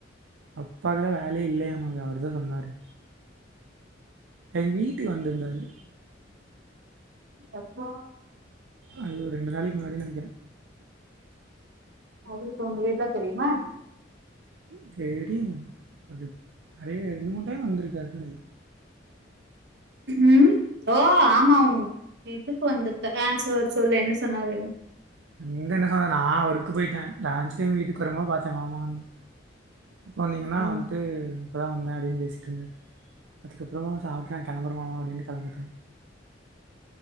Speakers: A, on the right; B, on the right.
A: அப்பாக்குதா வேலையே இல்லையாம்மா அங்க அவர்தா சொன்னாரு எங் வீட்டுக்கு வந்திருந்தாரு
B: எப்போ
A: அது ஒரு ரெண்டு நாளைக்கு முன்னாடி நெனைக்கிறே
B: அவருக்கு ஒங்க வீட்லா தெரியுமா என்ன
A: ம் தெரியு அது நெறைய ரெண்டு மூணு டைம் வந்திருக்காருனு நெனைக்க
B: ம் ஓ ஆமா உ இதுக்கு வந்துர்ந்தா ஆ சொ சொல்லு என்ன சொன்னாரு
A: என்ட என்ன சொன்னாரு நா ஒர்க் போயிட்டே லஞ்சு டைம் வீட்டுக்கு வரம்போ பாத்தே மாமானு எப்போ வந்தீங்கன்னா
B: ம்
A: வந்ட்டு இப்பதா வந்தே அப்டின்னு பேசிட்டுருந்தாரு அதுக்கப்றோ சாப்டே கெளம்புற மாமா அப்டின்டு கெளம்பிட்டே